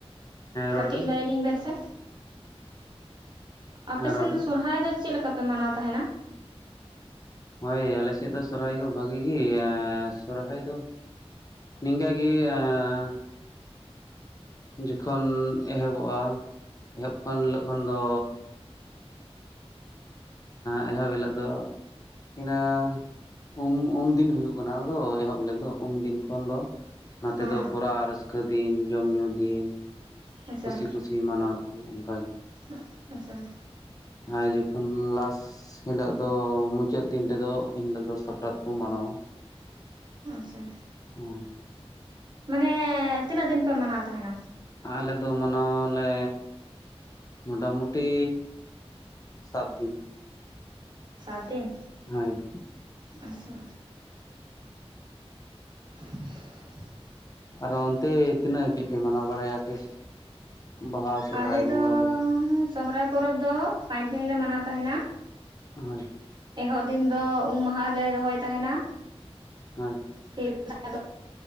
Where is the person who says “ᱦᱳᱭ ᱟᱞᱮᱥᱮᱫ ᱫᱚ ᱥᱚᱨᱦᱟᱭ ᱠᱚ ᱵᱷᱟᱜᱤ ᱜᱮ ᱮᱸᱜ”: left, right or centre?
Left